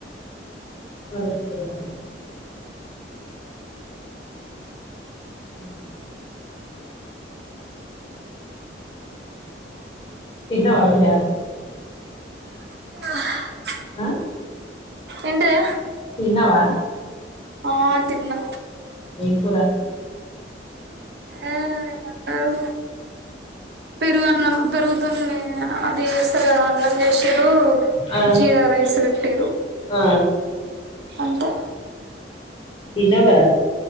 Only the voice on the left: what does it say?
వర స్పోతాలు <unintelligible> ఊమ్ తిన్నవా బిడ్డ
ఆ
తిన్నవా
ఎం కూర
ఆ
ఆ
తిన్నవ్ కదా